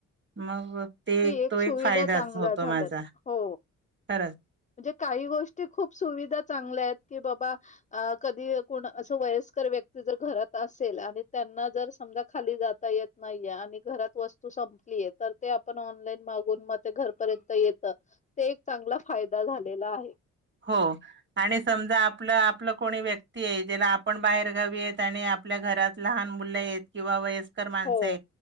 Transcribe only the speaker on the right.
मग ते,
तो
एक फायदाच
होतो
माझा.
खरंच
हो, आणि समजा आपलं आपलं कोणी व्यक्ती आहे ज्याला आपण बाहेर गावीेत आणि आपल्या घरात लहान मुले आहेत, किंवा वयस्कर माणस
आहे